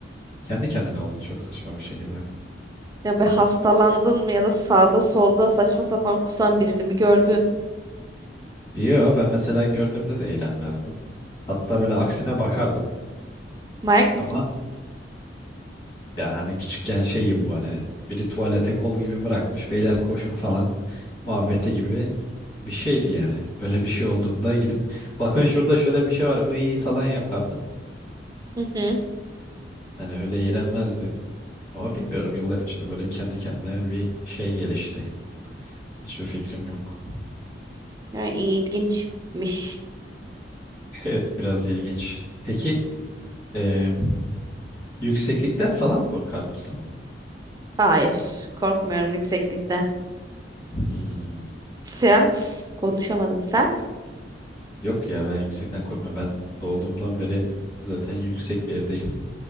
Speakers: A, on the left; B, on the right.
A: Kendi kendine oldu çok saçma bir şekilde.
B: Ya be hastalandın mı ya da sağda solda saçma sapan kusan birini mi gördün?
A: Yo ben mesela gördüğümde de iğrenmezdim. Hatta böyle aksine bakardım.
B: Manyak
A: Ama
B: mısın?
A: ya hani küçükken şey gibi bu hani biri tuvalete kol gibi bırakmış beyler koşun falan muhabbeti gibi bir şeydi yani. Öyle bir şey olduğunda gidip bakın şurada şöyle bir şey var iyi falan yapardın.
B: Hı hı.
A: Hani öyle iğrenmezdim. Ama bilmiyorum yıllar içinde böyle kendi kendine bir şey gelişti. Hiçbir fikrim yok.
B: Yani ilginçmiş.
A: Evet biraz ilginç. Peki Ee, yükseklikten falan korkar mısın?
B: Hayır. Korkmuyorum yükseklikten.
A: Hmm,
B: Sen s- konuşamadım sen.
A: Yok ya ben yüksekten korkmuyorum. Ben doğduğumdan beri zaten yüksek bir evdeyim.